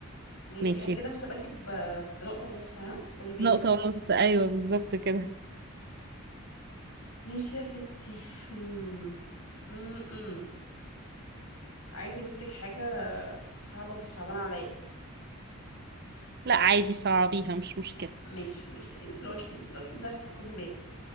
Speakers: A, on the left; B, on the right.
A: ماشي
B: ماشي
A: انا كده مسابقاكي ب- بنقطة ونص ها خدي بالك
B: نقطة ونص ايوه بالظبط كده
A: ماشي يا ستي مم. مم. عايزة اجيب لك حاجة صعبة بس صعبانة عليا
B: لا عادي صعبيها مش مشكلة
A: ماشي ماشي انت اللي قلتي انت اللي قلتي بنفسك خدي بالك